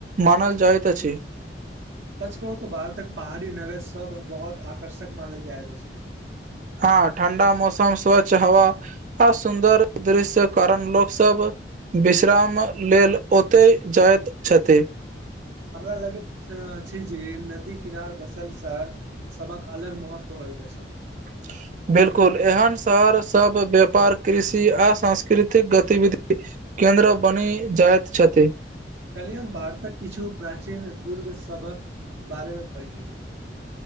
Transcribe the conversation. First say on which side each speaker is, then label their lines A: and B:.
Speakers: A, on the right (about 40°); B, on the right (about 75°).
A: मानल जाइत अछि
B: सच कहू तो भारतक पहाड़ी नगर सब बहुत आकर्षक मानल जाइत अछि
A: हँ ठण्डा मौसम स्वच्छ हवा आ सुन्दर दृश्य कारण लोक सब विश्राम लेल ओतय जाइत छथि
B: हमरा लगैत छै जे नदी किनार बसल शहर सबक अलग महत्व होइइत अछि
A: <unintelligible> बिल्कुल एहन शहर सब व्यापार कृषि आ सांस्कृतिक गतिविधि केन्द्र बनि जाइत छथि
B: काल्हि हम भारतक किछु प्राचीन दुर्गसभक बारेमे पढ़ि लियऔ